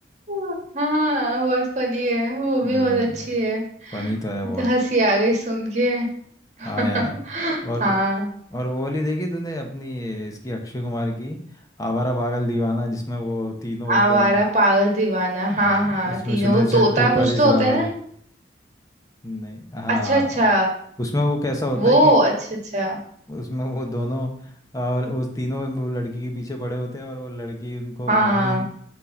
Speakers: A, on the right; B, on the left.
A: <laughs> हाँ बहुत फनी है वो भी
B: हम्म
A: बहुत अच्छी है
B: फनी तो
A: मुझे
B: है बहुत
A: तो हंसी आ गई सुन के <laughs>
B: हाँ यार और
A: हाँ
B: और वो वाली देखी तूने अपनी ये, इसकी अक्षय कुमार की आवारा पागल दीवाना जिसमें वो तीनों होते
A: आवारा
B: हैं
A: पागल दीवाना
B: हाँ
A: हाँ हाँ
B: उसमें
A: तीनों
B: सुनील
A: वो तोता
B: शेट्टी
A: कुछ
B: परेश
A: तो
B: रावल
A: होता है ना
B: नहीं हाँ
A: अच्छा अच्छा
B: उसमें वो कैसा होता
A: वो
B: है कि
A: अच्छा अच्छा
B: उसमें वो दोनों और उस तीनों वो लड़की के पीछे पड़े होते हैं और वो लड़की उनको
A: हाँ
B: भावनी
A: हाँ